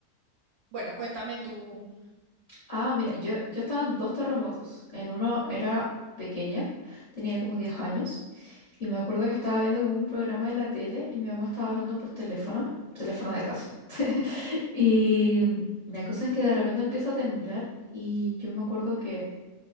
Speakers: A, on the right (about 65°); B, on the left (about 50°).
A: Bueno, cuéntame tú.
B: Ah, mira, yo, yo estaba en dos terremotos. En uno era pequeña, tenía como 10 años, y me acuerdo que estaba viendo como un programa en la tele y mi mamá estaba hablando por teléfono, teléfono de casa. Y la cosa es que de repente empieza a temblar y yo me acuerdo que